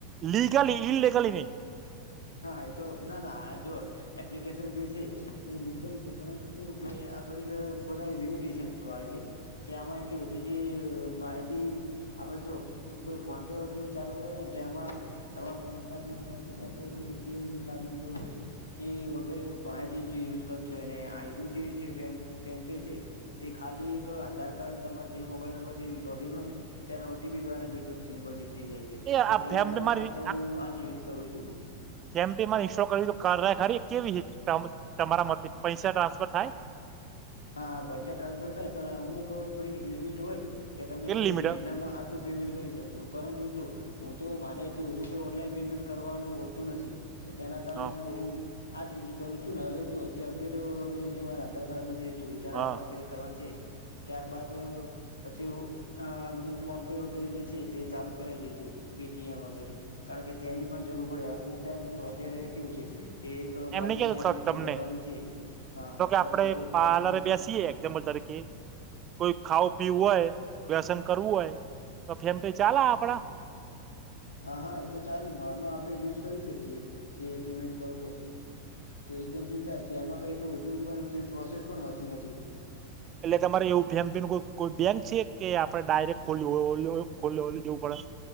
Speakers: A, on the right; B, on the left.
A: લીગલી ઇ લગલી નહી.
B: હા હા એ તો ના ના આ જો. એપ્લિકેશન જે છે તે લીકલ છે પરંતુ કેવું કે આ થોડીક પોતાની લિમિટેશન વાળી છે. કે આમાં એટલી બધી જે માહિતી. આપડ જો કોઈ ફોન પે વગેરે ચાલુ કરેને તો એમાં. તમારો પાન કાર્ડ નંબર અથ એટીમ જે નંબર હોય. તે વગેરે બહારથી જે યુઝ કરતું હોય અને આર જે છે ફેમ્ ફેમ્પે છે. તે ખાલી એક આધાર કાર્ડ તમાર જે મોબાઈલ નંબર થી લોગઈન હોય ને તેના ઓટીપી દ્વારા જ એકદમ સિમ્પલથી થઈ જાય છે
A: એ
B: એટલે
A: આ
B: તેના
A: ફેમ
B: કારણે
A: પે મારી
B: હાલ તો હું આજ યુઝ કરું છું.
A: જેમ પે માં ઇન્સ્ટોલ કરવી તો કારાય ખરી કેવી તમારા માટે પૈસા ટ્રાન્સફર થાય.
B: હા હા પૈસા ટ્રાન્સફર થાય પણ અમુક થોડી લિમિટ હોય કે તમે
A: કેટલી લિમિટ
B: મહિનામાં. આપું પેમેન્ટ કરી શકશો પરંતુ જો. હું તો મારે એટલું બધું કે ઓનલાઈન પેમેન્ટ કરવાનું હોતું નથી. તેના કારણે
A: હ
B: હું આજ યુઝ કરું છું ને હવે જો જે અપડેટ વગેરે જે મારા આધાર કાર્ડમાં જે. સુવિધા
A: હ
B: વગેરે કરવાની છે ત્યારબાદ. પછીું ફોન પે વગેરે જે છે તે ચાલુ કરાવ દેસુ પેટીએમ વગેરે. કારણ કે તેની પણ જરૂર પડે અમુક ટાઈમ જો અત્યારે કેવું છે. કે એક કોલેજ
A: એમને કે
B: ની આપણેે ફી
A: તમને
B: ભરવાની છે હા
A: આપડે
B: હ જો કોલેજ.
A: પાર્લરે બેસીએ જ્લ તારે કે. કોઈ ખાવું પીવું હોય વ્યસન કરવું હોય તો ફેમ ચાલે આપડે.
B: હા હા એ તો ચાલે નોર્મલ આપણે યુઝ કરી શકીએ જે પેમેન્ટ કરવું હોય. તો એકદમ બિતાસ્ છે એમાં કઈ એટલું બધું પ્રોસેસ પણ હોતી નથી.
A: એટલે તમારે એવું ભ કોઈ બેંક છે કે આપડણે ડાયરેક્ટ ખોલી ખોલવું.